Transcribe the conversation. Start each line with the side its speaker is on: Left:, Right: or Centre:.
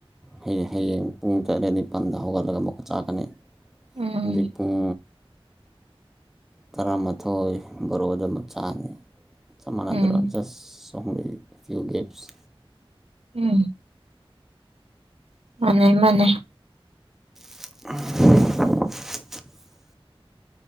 Centre: ꯍꯌꯦꯡ ꯍꯌꯦꯡ ꯄꯨꯡ ꯇꯔꯦꯠ ꯅꯤꯄꯜꯗ ꯍꯧꯒꯠꯂꯒ ꯑꯃꯨꯛꯀ ꯆꯥꯒꯅꯤ
Right: ꯎꯝ
Centre: ꯍꯧꯖꯤꯀꯣꯏ ꯇꯔꯥꯃꯥꯊꯣꯏ ꯕꯣꯔꯣꯛ ꯑꯗꯨꯃꯛ ꯆꯥꯅꯤ ꯆꯞ ꯃꯥꯟꯅꯗꯔꯣ
Right: ꯎꯝ
Centre: ꯖꯁ ꯇꯨꯝ ꯀꯨꯒꯦꯞꯁ
Right: ꯎꯝ ꯑ ꯏꯃꯅꯦ
Centre: <inaudible> <unintelligible>